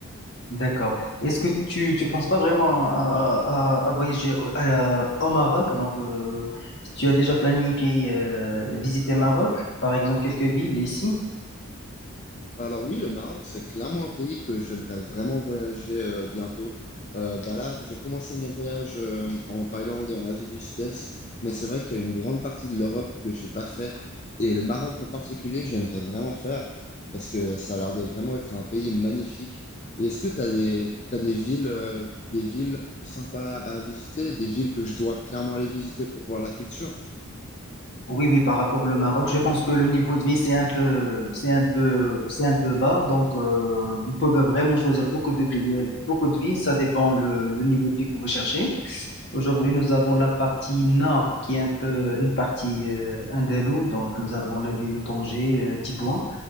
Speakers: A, on the left; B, on the left.
A: D'accord. Est-ce que tu tu penses pas vraiment à, à, à- à voyager au à- au Maroc? Donc, euh, tu as déjà planifié euh, visiter Maroc, par exemple quelques villes ici?
B: Alors oui, le Maroc, c'est clairement un pays que j'aimerais vraiment voyager euh, bientôt. Euh, bah là, j'ai commencé mon voyage euh, en Thaïlande et en Asie du Sud-Est, mais c'est vrai qu'il y a une grande partie de l'Europe que j'ai pas fait. Et le Maroc en particulier, j'aimerais vraiment faire parce que ça a l'air de vraiment être un pays magnifique. Et est-ce que tu as des, t'as des villes, euh, des villes sympas à visiter, des villes que je dois clairement aller visiter pour voir la culture?
A: Oui, oui, par rapport au Maroc, je pense que le niveau de vie, c'est un peu, c'est un peu, c'est un peu bas. Donc, euh, vous pouvez vraiment choisir beaucoup de pays, euh, beaucoup de villes. Ça dépend le, le niveau de vie que vous cherchez. Aujourd'hui, nous avons la partie nord qui est un peu une partie euh, andalouse. Donc, nous avons la ville de Tanger, euh, Tétouan.